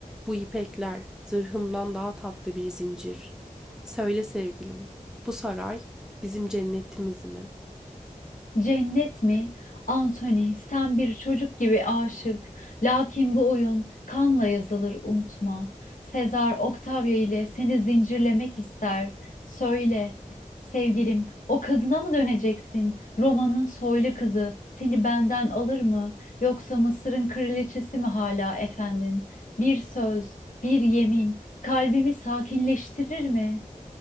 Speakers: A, in the centre; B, on the left.
A: Bu ipekler zırhımdan daha tatlı bir zincir. Söyle sevgilim, bu saray bizim cennetimiz mi?
B: Cennet mi? Anthony, sen bir çocuk gibi aşık. Lakin bu oyun kanla yazılır unutma. Sezar Octavia ile seni zincirlemek ister. Söyle, sevgilim, o kadına mı döneceksin? Roma'nın soylu kızı seni benden alır mı? Yoksa Mısır'ın kraliçesi mi hala efendin? Bir söz, bir yemin kalbimi sakinleştirir mi?